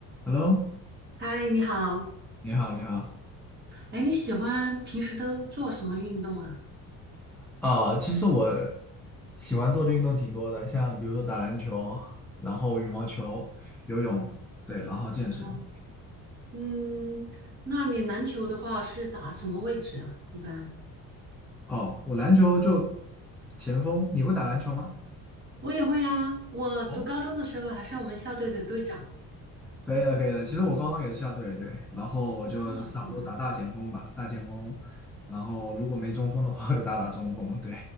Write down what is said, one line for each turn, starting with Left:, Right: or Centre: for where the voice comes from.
Centre: Hello，
Right: 嗨，你好。
Centre: 你好，你好。
Right: 哎，你喜欢平时都做什么运动啊？
Centre: 啊，其实我喜欢做的运动挺多的，像比如说打篮球，然后羽毛球、游泳，对，然后健身。
Right: 哦，嗯，那你篮球的话是打什么位置啊？一般
Centre: 哦，我篮球就前锋，你会打篮球吗？
Right: 我也会呀、我读高中的时候还是我们校队的队长
Centre: 哦，可以的，可以的。其实我高中也是校队，对，然后我就差不多打大前锋吧，
Right: 啊，是吗？
Centre: 大前锋。然后如果没中锋的话，就打打中锋。对，